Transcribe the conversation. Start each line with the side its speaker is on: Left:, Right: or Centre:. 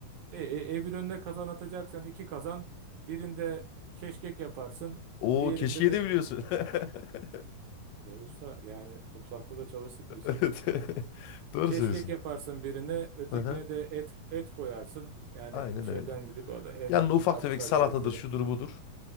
Right: E, e, evin önüne kazan atacaksan iki kazan birinde keşkek yaparsın
Left: <laughs> Oo
Right: diğerinde
Left: keşke
Right: de
Left: de biliyorsun. <laughs>
Right: e, usta yani mutfakta da çalıştık biz.
Left: Evet. <laughs> Doğru
Right: Keşkek
Left: söylüyorsun.
Right: yaparsın birine ötekine
Left: Hı-hı.
Right: de et et koyarsın yani
Left: Aynen
Right: şeyden
Left: öyle.
Right: gidip öyle en
Left: Yani ufak
Right: alt
Left: tefek
Right: kalite
Left: salatadır,
Right: etleri.
Left: şudur budur.